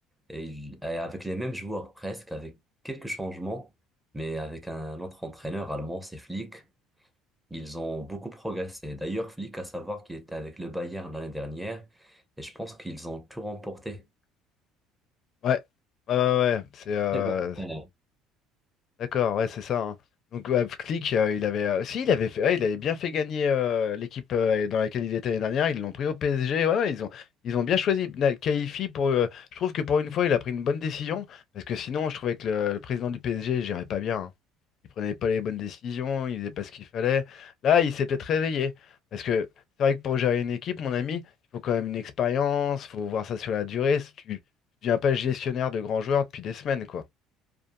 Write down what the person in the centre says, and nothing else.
Et il- et avec les mêmes joueurs presque, avec quelques changements, mais avec un autre entraîneur allemand, c'est Flick. Ils ont beaucoup progressé. D'ailleurs, Flick, à savoir qu'il était avec le Bayern l'année dernière, et je pense qu'ils ont tout remporté.
Très bon entraîneur.